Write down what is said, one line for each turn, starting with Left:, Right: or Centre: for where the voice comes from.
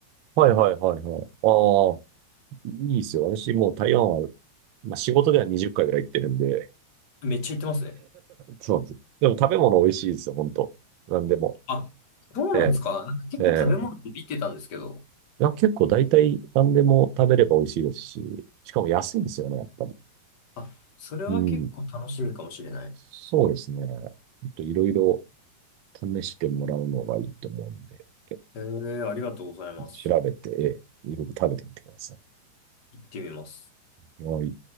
Right: た。はいはいはいはい。ああ、いいですよ。私もう台湾は、まあ、仕事では20回ぐらい行ってるんで、
Left: めっちゃ行ってますね。
Right: そうです。でも食べ物美味しいですよ、本当。何でも。
Left: あ、そうなんですか。
Right: ええ、
Left: なんか結構食べ物って言ってたんですけど。
Right: ええ。いや、結構大体何でも食べれば美味しいですし、しかも安いんですよね、やっぱり。
Left: あ、それは結構楽しみかもしれない。
Right: うん。そうですね。ちょっといろいろ試してもらうのがいいと思うんで、ちょ
Left: えー、ありがとうございます。
Right: っと調べて、ええいろいろ食べてみてくださ
Left: 行ってみます。
Right: い。はい